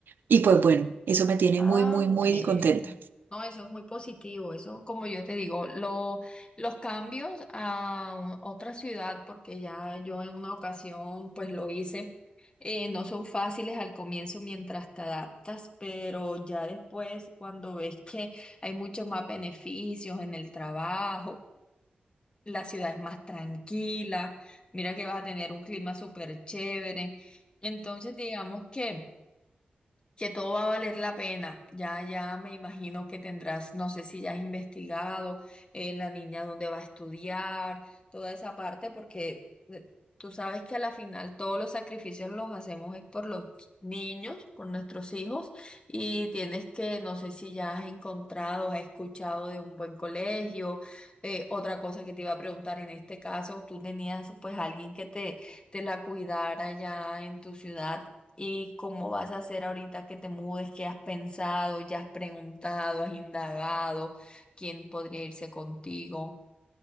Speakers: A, on the right; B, on the left.
A: Y pues bueno, eso me tiene
B: Ah,
A: muy, muy,
B: bueno.
A: muy contenta.
B: No, eso es muy positivo. Eso, como yo te digo, lo- los cambios a un- otra ciudad, porque ya yo en una ocasión pues lo hice, eh, no son fáciles al comienzo mientras te adaptas, pero ya después cuando ves que hay muchos más beneficios en el trabajo, la ciudad es más tranquila, mira que vas a tener un clima súper chévere. Entonces, digamos que que todo va a valer la pena. Ya, ya me imagino que tendrás, no sé si ya has investigado eh, la niña dónde va a estudiar, toda esa parte, porque eh, tú sabes que a la final todos los sacrificios los hacemos es por los niños, por nuestros hijos, y tienes que, no sé si ya has encontrado, has escuchado de un buen colegio. Eh, otra cosa que te iba a preguntar, en este caso, tú tenías pues alguien que te, te la cuidara ya en tu ciudad. ¿Y cómo vas a hacer ahorita que te mudes? ¿Qué has pensado? ¿Ya has preguntado? ¿Has indagado? ¿Quién podría irse contigo?